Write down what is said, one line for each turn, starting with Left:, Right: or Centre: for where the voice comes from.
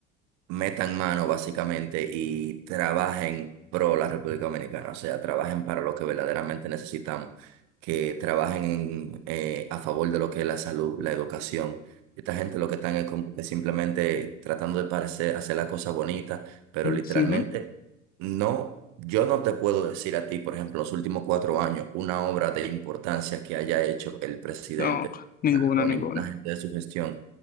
Right: metan mano básicamente y trabajen pro la República Dominicana, o sea, trabajen para lo que verdaderamente necesitamos, que trabajen en, eh, a favor de lo que es la salud, la educación. Esta gente lo que están es como que simplemente tratando de parecer, hacer la cosa bonita, pero
Left: Ujú.
Right: literalmente no, yo no te puedo decir a ti, por ejemplo, los últimos cuatro años, una obra de importancia que haya hecho el presidente
Left: No, ninguno,
Right: o
Left: ninguno.
Right: ninguna gente de su gestión